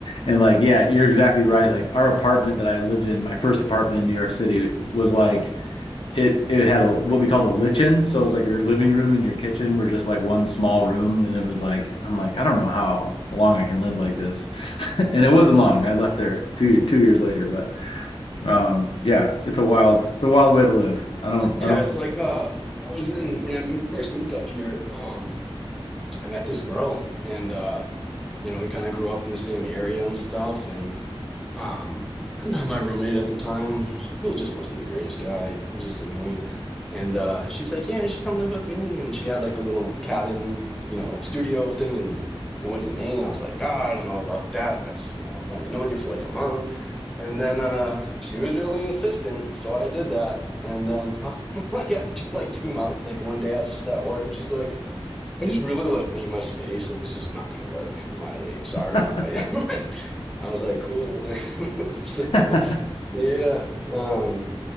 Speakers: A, on the left; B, in the centre.
A: and like yeah, you're exactly right. Like our apartment that I lived in, my first apartment in New York City was like it it had a what we called a lichen, so it was like your living room and your kitchen were just like one small room, and it was like I'm like I don't know how long I can live like this, <laughs> and it wasn't long. I left there two two years later, but. Um, yeah, it's a wild, it's a wild way to live. I don't,
B: it's like uh I was in when I moved first moved up here, um I met this girl and uh you know, we kind of grew up in the same area and stuff and um <clears throat> my roommate at the time, he just wasn't the greatest guy. He was just annoying. And uh she was like, "Yeah, you should come live with me." And she had like a little cabin, you know, studio thing in the woods in Maine. I was like, "Ah, I don't know about that. That's, you know, I've only known you for like a month." And then uh, she was really insistent, so I did that. And then probably <laughs> like after like two months, like one day I was just at work, and she's like, "I just really like need my space, and this is not gonna work." I'm like, "Sorry,
A: I
B: bye." <laughs> like, I was like, "Cool." <laughs> so
A: don't. <laughs>
B: yeah, um,